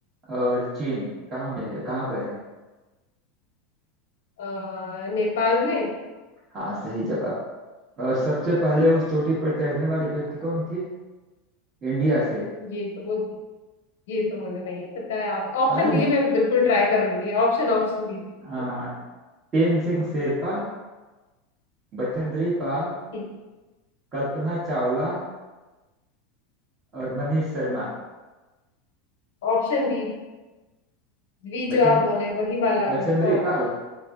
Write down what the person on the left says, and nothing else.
अ, नेपाल में
ये तो वो ये तो मुझे नहीं पता है आप ऑप्शन
दिए मैं बिल्कुल ट्राई करूंगी ऑप्शन ऑप्शन दीजिए
ठीक
Option B बी
जो आप बोले वही वाला
होगा हाँ